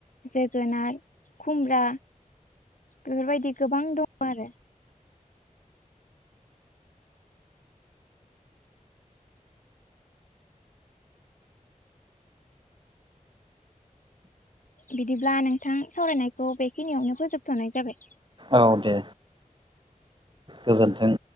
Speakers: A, on the left (about 70°); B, on the right (about 35°).
A: जोगोनार, खुमब्रा बेफोरबायदि गोबां दं आरो बिदिब्ला नोंथां सावरायनायखौ बेखिनियावनो फोजोबथ'नाय जाबाय।
B: औ दे गोजोन्थों